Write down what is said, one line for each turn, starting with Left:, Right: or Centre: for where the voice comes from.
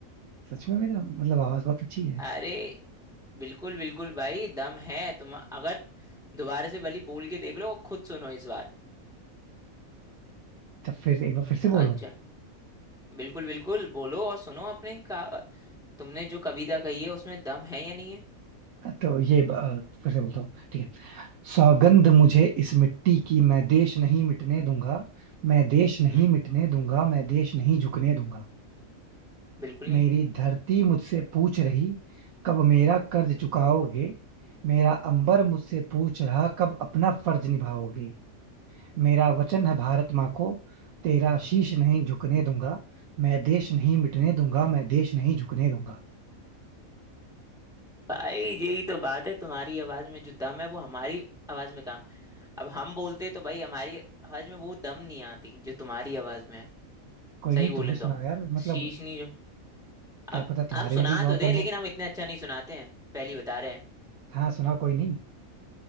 Right: सच में मेरा मतलब आवाज बहुत अच्छी है
Centre: अरे बिल्कुल बिल्कुल भाई दम है तुम अगर दोबारा से भली बोल के देख लो और खुद सुनो इस बार
Right: तो फिर एक बार फिर से बोलूं
Centre: अच्छा बिल्कुल बिल्कुल बोलो और सुनो अपने का तुमने जो कविता कही है उसमें दम है या नहीं है
Right: तो ये अ, फिर से बोलता हूँ ठीक है सौगंध मुझे इस मिट्टी की मैं देश नहीं मिटने दूंगा मैं देश नहीं
Centre: हम्म
Right: मिटने दूंगा मैं देश नहीं झुकने दूंगा
Centre: बिल्कुल नहीं
Right: मेरी धरती मुझसे पूछ रही कब मेरा कर्ज चुकाओगे मेरा अंबर मुझसे पूछ रहा कब अपना फर्ज निभाओगे मेरा वचन है भारत माँ को तेरा शीश नहीं झुकने दूंगा मैं देश नहीं मिटने दूंगा मैं देश नहीं झुकने दूंगा
Centre: भाई यही तो बात है तुम्हारी आवाज में जो दम है वो हमारी आवाज में कहाँ अब हम बोलते तो भाई हमारी आवाज में वो दम नहीं आती जो तुम्हारी आवाज में है
Right: कोई
Centre: सही
Right: नहीं
Centre: बोलें
Right: तुम भी
Centre: तो
Right: सुनाओ यार मतलब
Centre: शीश नहीं जो
Right: क्या
Centre: अब
Right: पता तुम्हारे
Centre: हम सुना
Right: में भी बहुत
Centre: तो दें
Right: दम
Centre: लेकिन
Right: हो
Centre: हम इतने अच्छा नहीं सुनाते हैं पहली बता रहे हैं
Right: हाँ सुनाओ कोई नहीं